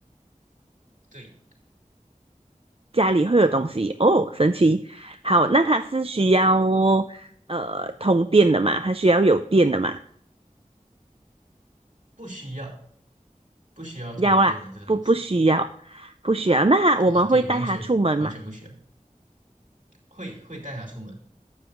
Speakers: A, on the right (about 65°); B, on the right (about 45°).
A: 对，
B: 家里会有东西哦，神奇。好，那它是需要呃通电的嘛？它需要有电的嘛？
A: 不需要不需要通电的这个东西
B: 要啦，不不需要，不需要。那我们会带它出门嘛？
A: 啊，对，完全完全不需要，会会带它出门，